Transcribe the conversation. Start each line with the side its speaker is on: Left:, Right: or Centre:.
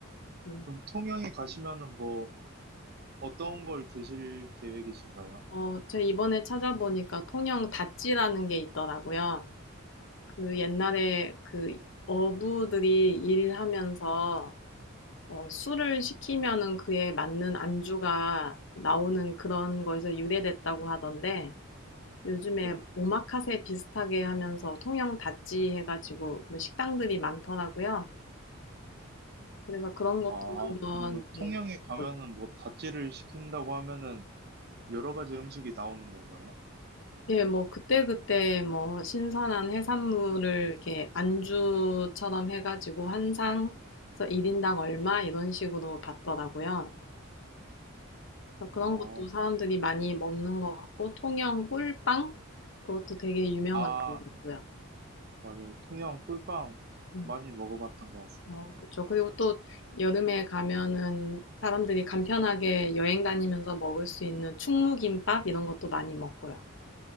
Left: 네.
Right: 그럼 통영에 가시면은 뭐 어떤 걸 드실 계획이신가요?
Left: 어, 제가 이번에 찾아보니까 통영 다찌라는 게 있더라고요. 그 옛날에 그 어부들이 일하면서 어, 술을 시키면은 그에 맞는 안주가 나오는 그런 거에서 유래됐다고 하던데 요즘에
Right: 네.
Left: 오마카세 비슷하게 하면서 통영 다찌 해가지고 뭐 식당들이 많더라고요. 그래서 그런 것도
Right: 아,
Left: 한번
Right: 그러면
Left: 이렇게
Right: 통영에 가면은
Left: 먹
Right: 뭐 다찌를 시킨다고 하면은 여러 가지 음식이 나오는 건가요?
Left: 예, 뭐 그때그때 뭐 신선한 해산물을 이렇게 안주처럼 해가지고 한 상, 그래서 일인당 얼마 이런 식으로 받더라고요. 그래서 그런
Right: 아,
Left: 것도 사람들이 많이 먹는 것 같고, 통영 꿀빵? 그것도 되게 유명한
Right: 아,
Left: 것 같고요.
Right: 맞아요. 통영 꿀빵
Left: 음.
Right: 많이 먹어봤던 것 같습니다.
Left: 어, 그쵸. 그리고 또 여름에 가면은 사람들이 간편하게 여행 다니면서 먹을 수 있는 충무김밥 이런 것도 많이 먹고요.